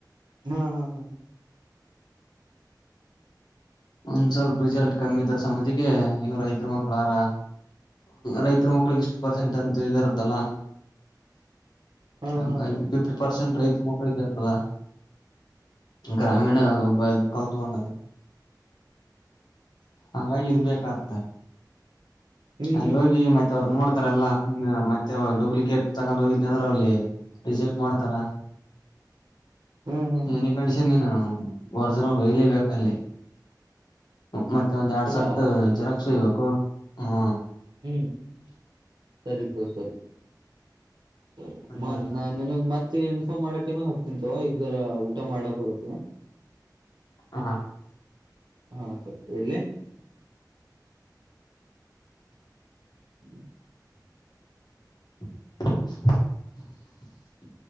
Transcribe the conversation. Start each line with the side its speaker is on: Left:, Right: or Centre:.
Right: ಹಾ ಹಾ ಹಾ
Left: ಒಂದ್ ಸ್ವಲ್ಪ ರಿಸಲ್ಟ್ ಕಮ್ಮಿ ಇದಾರ ಸಮತಿಗೆ ಈಗ ರೈತ ಮಕ್ಳಾರ ರೈತ ಮಕ್ಳಿಗೆ ಇಷ್ಟು ಪರ್ಸೆಂಟ್ ಅಂತ್ ಇದಾರತಲ್ಲ
Right: ಹಾ ಹಾ
Left: ಹ
Right: ಹಾ
Left: ಫಿಫ್ಟಿ ಪರ್ಸೆಂಟ್ ರೈತ ಮಕ್ಕಳಿಗೆ ಇರ್ತದ ಗ್ರಾಮೀಣ ಕಲ್ತ್ ಬಂದಾಗ ಹಂಗಾಗಿ ಇದ್ ಬೇಕತಾ
Right: ಹ್ಮ್
Left: ಅಲ್ಲಿ
Right: ಹ್ಮ್
Left: ಹೋಗಿ
Right: ಹ್ಮ್
Left: ಮತ್ ಅವ್ರರು ನೋಡ್ ಲ್ಲ ಮತ್ತೆ ಡೂಪ್ಲಿಕೇಟ್ ತಗೊಂಡ್ ಹೋಗಿದ ಅಂದ್ರೆ ಅವಲ್ಲಿ ರಿಜೆಕ್ಟ್ ಮಾಡ್ತಾರ.
Right: ಹ್ಮ್ ಹ್ಮ್ ಹ್ಮ್
Left: ಏನೇ ಕಂಡಷನ್ ನೀನು ಹ್ಮ ವರ್ಜನ್ ವಯಲೇ ಬೇಕಲ್ಲಿ. ಮತ್ತೆ ಒಂದ್ ಎರಡ್
Right: ಅದಾ
Left: ಸಟ್ ಜೆರಕ್ಸ ವಾಯಿಬೇಕು. ಹಾ
Right: ಹ್ಮ್ ಸರಿ ಸ ಸರಿ ಸರಿ
Left: ಒಂದ್
Right: ಮ
Left: ಎರಡ್
Right: ನ ನಿನಗ್ ಮತ್ತೆ ಇನ್ಫಾರ್ಮ್ ಮಾಡಕ್ ಟಮ ಹಕ್ತಿಂತ ಈರ ಊಟ ಮಾಡಕ್ ಹೊತೀ
Left: ಹಾ
Right: ಹಾ ಸರಿ ಇಡ್ಳಲಿ. ಹ್ಮ್
Left: <inaudible>